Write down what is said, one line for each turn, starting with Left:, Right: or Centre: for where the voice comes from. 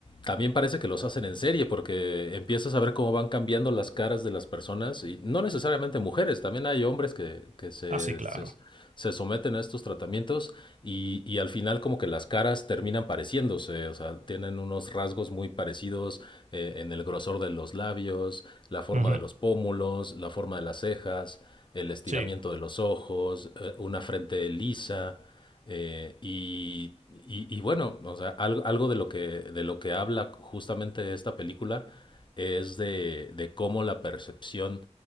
Left: también parece que los hacen en serie porque empiezas a ver cómo van cambiando las caras de las personas y no necesariamente mujeres, también hay hombres que, que se,
Right: así claro.
Left: se, se someten a estos tratamientos y, y al final como que las caras terminan pareciéndose, o sea, tienen unos rasgos muy parecidos eh, en el grosor de los labios, la forma
Right: Ujú,
Left: de los pómulos, la forma de las cejas, el estiramiento
Right: Sí,
Left: de los ojos, eh, una frente lisa. Eh, y, y- y bueno, o sea, algo, algo de lo que, de lo que habla justamente esta película es de, de cómo la percepción